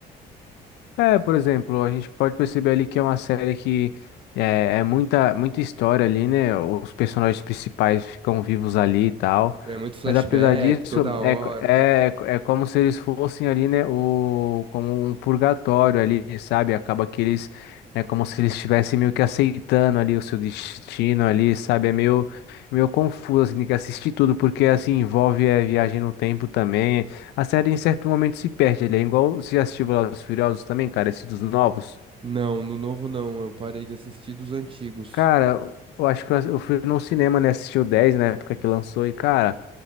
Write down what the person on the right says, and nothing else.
É muito flashback
toda hora,
né?
Não, no novo não, eu parei de assistir dos antigos.